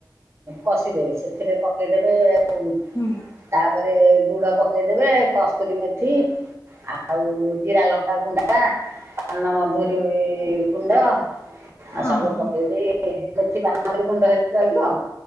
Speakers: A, on the right; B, on the left.
A: କଷିଦେବେ ସେଥିରେ ପକେଇଦେବେ ଆଉ
B: ହୁଁ
A: ତାପରେ ଲୁଡ ପକେଇଦେବେ କସ୍ତୁରୀ ମେଥି ଆଉ ଜିରା ଲଙ୍କା ଗୁଣ୍ଡା ପାନ ମଧୁରୀ ଗୁଣ୍ଡ ଆଉ
B: ହଁ
A: ସବୁ
B: ହଁ
A: ପକେଇ ଦେଇକି ମେଥି ମାଁର ଗୁଣ୍ଡ ହେକି ରହିିବ